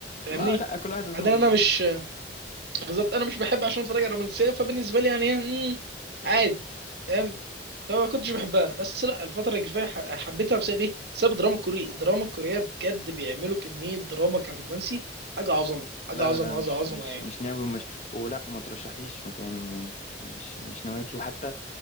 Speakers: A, on the right; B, on the left.
A: فاهمني
B: ما لا كل واحد وذوقه
A: بعدين انا
B: مظبوط
A: مش بالظبط انا مش بحب عشان اتفرج على رومانسيه فبالنسبه لي يعني مم، عادي فاهم فما كنتش بحبها بس لا الفتره الجايه ح- حبيتها بسبب ايه؟ بسبب الدراما الكورية الدراما الكورية بجد بيعملوا كميه دراما كرومانسي حاجه عظمه حاجه
B: لا
A: عظمه
B: لا لا
A: عظمه
B: مش
A: عظمه
B: مش
A: يعني
B: مش ناوي ومش ولا وما ترشحليش ما ت- يعني م- مش مش نوايتي وحتى